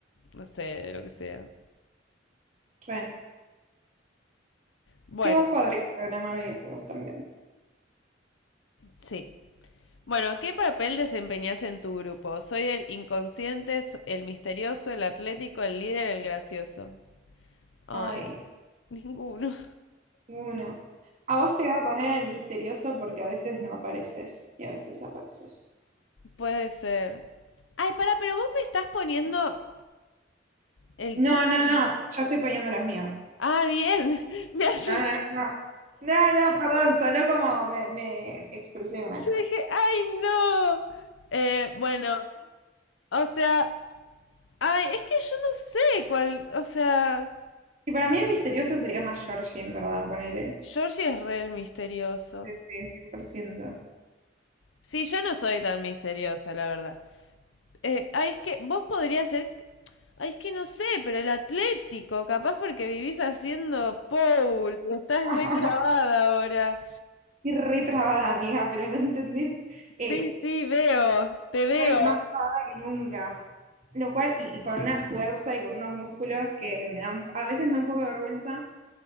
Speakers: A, on the left; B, on the right.
A: no sé, de lo que sea.
B: re.
A: Bueno,
B: Si vos podrías programar videojuegos también.
A: sí. Bueno, ¿qué papel desempeñas en tu grupo? Soy el inconsciente, s- el misterioso, el atlético, el líder, el gracioso. Ay,
B: Ay.
A: <laughs> ninguno.
B: Uno. A vos te voy a poner el misterioso porque a veces no apareces y a veces apareces.
A: Puede ser. Ay, para, pero vos me estás poniendo el
B: No,
A: tú.
B: no, no. Yo estoy poniendo los míos.
A: Ah, bien. <laughs> Me asusté.
B: No, no, no. No, no, no, perdón, sonó como me, me expresé mal.
A: Yo dije, ay, no. Eh, bueno, o sea, ay, es que yo no sé cuál, o sea,
B: Y para mí el misterioso sería más Georgie, en verdad, ponele.
A: Georgie es re el misterioso.
B: Sí, sí, cien por ciento
A: Sí, yo no soy tan misteriosa, la verdad. Eh, ay, es que vos podrías ser. Ay, es que no sé, pero el Atlético, capaz porque vivís haciendo Paul, estás
B: <laughs>
A: re trabada ahora.
B: Y re trabada, amiga, pero no entendés. Eh,
A: Sí, sí, veo, te veo.
B: estoy más trabada que nunca. Lo cual, y, y con una fuerza y con unos músculos que me dan, a veces me da un poco de vergüenza.